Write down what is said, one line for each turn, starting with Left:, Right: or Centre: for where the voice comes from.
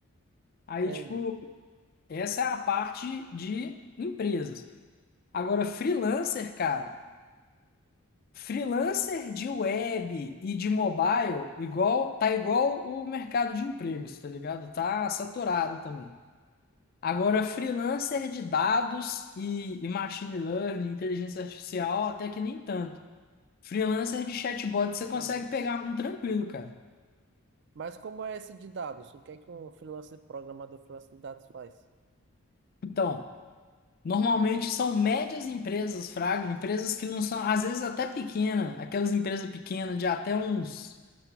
Left: Aí,
Right: entendi.
Left: tipo, essa é a parte de empresas. Agora, freelancer, cara, freelancer de web e de mobile, igual, tá igual o mercado de empregos, tá ligado? Tá saturado também. Agora, freelancer de dados e, e machine learning, inteligência artificial, até que nem tanto. Freelancer de chatbot, você consegue
Right: Uhum.
Left: pegar um tranquilo, cara.
Right: Mas como é esse de dados? O que é que um freelancer, programador freelancer de dados faz?
Left: Então, normalmente são médias empresas, Fraga, empresas que não são, às vezes até pequena, aquelas empresas pequenas de até uns,